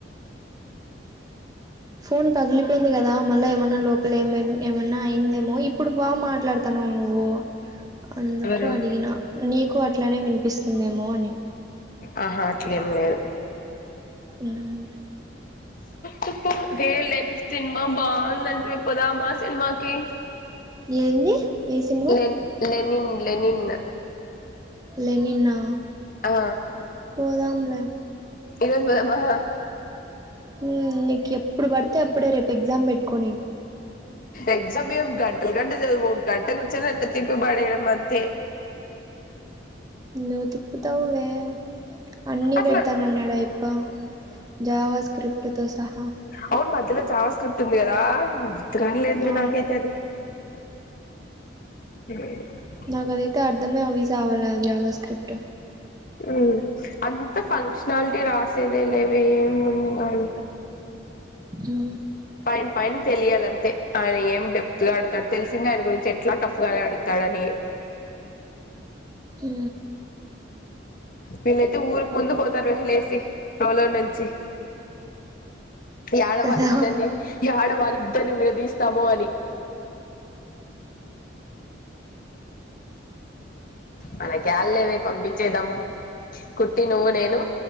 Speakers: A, on the right; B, on the left.
A: ఫోన్ పగిలిపోయింది కదా మళ్ళా ఏమన్నా లోపలే ఏమ ఏమన్నా అయిందేమో ఇప్పుడు బాగ మాట్లాడతాన్నావు నువ్వు అందుకు
B: ఎవరు
A: అడిగిన నీకు అట్లానే వినిపిస్తుందేమో అని
B: ఆహా అట్లేం లేదు
A: ఉమ్
B: కు వేలేని సినిమా బాగుందంట పోదామ సినిమాకి
A: ఏంది ఏ సినిమా
B: లెన్ లెనిన్ లెనిన్
A: లెనిన్ నా
B: ఆ
A: పోదాములే
B: ఇరోజు పోదమా
A: నీ నీకు ఎప్పుడు పడితే అప్పుడే రేపు ఎగ్జామ్ పెట్టుకొని
B: ఎగ్జామ్ ఏం గంటల గంట చదువు ఒక గంట కూచ్చానట్ట తిప్పి పడెయడం అంతే
A: నువ్వు తిప్పుతవువే అన్నీ
B: అట్లా
A: పెడతాను అన్నాడా అయప్ప జావా స్క్రిప్ట్ తో సహా
B: అవును మధ్యలో జావ స్క్రిప్ట్ ఉంది కదా <unintelligible>
A: ఆ
B: నాకైతే అది <unintelligible>
A: నాకు అదైతే అర్థమే అవి సావాలె జావా స్క్రిప్ట్
B: ఉ అంత ఫంక్షనాలిటీ రాసేదే లేవె ఏమినడు
A: జా
B: పైన పైన తెలియాలంతే ఆయన ఏం డెప్త్ గా అడతాడు తెలిసింది ఆయన గురించి ఎట్ల టఫ్ గానే అడుగుతడని
A: ఉ
B: వీళ్ళైతే ఊరికు ముందు పోతారు వే లేసి <unintelligible> నుంచి ఏడ
A: కదా
B: వాళ్ళిద్దరిని ఏడవాళ్ళిద్దరిని విడదీస్తామో అని మనకెళ్లేవే పంపించేదాం కుట్టి నువ్వు నేను